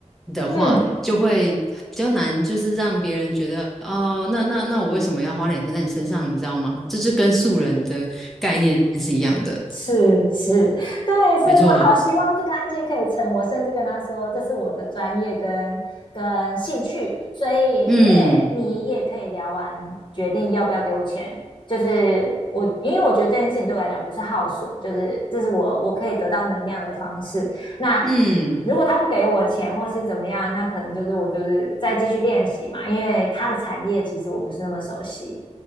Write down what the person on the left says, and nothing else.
嗯。
是是，对，所以我好希望这个案件可以成。
我甚至跟他说，这是我的专业跟跟兴趣，所以你也你也可以聊完决定要不要给我钱。
就是我，因为我觉得这件事情对我来讲不是耗损，就是这是我我可以得到能量的方式。那
如果他不给我钱或是怎么样，那可能就是我就是再继续练习嘛，因为他的产业其实我不是那么熟悉。